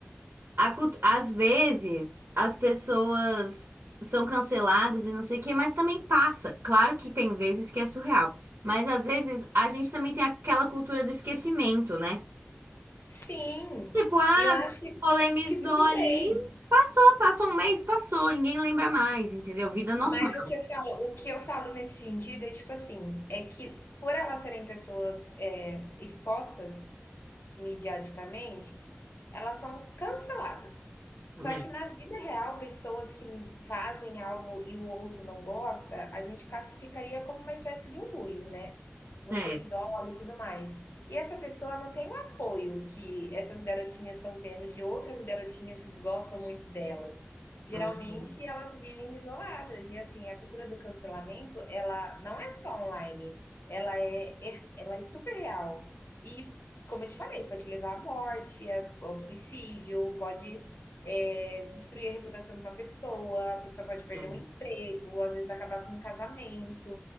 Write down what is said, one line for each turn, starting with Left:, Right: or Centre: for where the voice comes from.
Right: a cult- às vezes as pessoas são canceladas e não sei o quê, mas também passa. Claro que tem vezes que é surreal, mas às vezes a gente também tem aquela cultura do esquecimento, né?
Left: Sim,
Right: Tipo, ah,
Left: eu acho que,
Right: polemizou
Left: que tudo
Right: ali,
Left: bem.
Right: passou, passou um mês, passou, ninguém lembra mais, entendeu? Vida normal.
Left: Mas o que eu falo, o que eu falo nesse sentido é tipo assim, é que por elas serem pessoas é, expostas midiaticamente, elas são canceladas. Só
Right: É,
Left: que na vida real, pessoas que fazem algo e o outro não gosta, a gente classificaria como uma espécie de um bullying, né? Você
Right: é,
Left: isola e tudo mais. E essa pessoa não tem o apoio que essas garotinhas estão tendo de outras garotinhas que gostam muito delas. Geralmente
Right: uhum,
Left: elas vivem isoladas e assim, a cultura do cancelamento, ela não é só online, ela é é, ela é super real. E como eu te falei, pode levar à morte, ao suicídio, pode é, destruir a reputação de uma pessoa, a pessoa pode perder
Right: é.
Left: um emprego, às vezes acabar com um casamento.